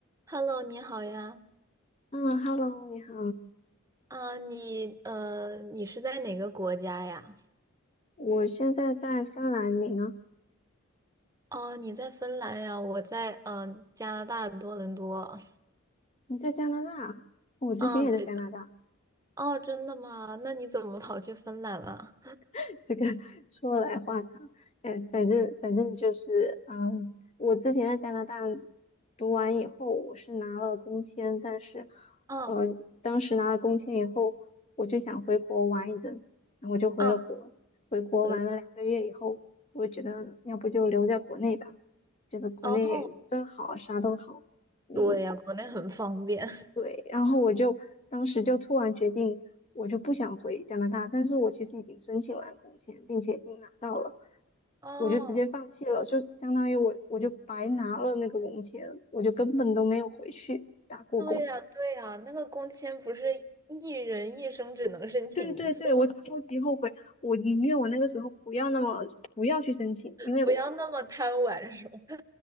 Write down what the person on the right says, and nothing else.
Hello，你好呀。
啊，你呃，你是在哪个国家呀？
哦，你在芬兰呀，我在嗯、呃加拿大的多伦多。
嗯，对的。哦，真的吗？那你怎么跑去芬兰了？
嗯
嗯，
回
哦，
对呀，国内很方便。<laughs>
哦，
对呀，对呀，那个工签不是一人一生只能申请一次吗？
不要那么贪玩，是吗？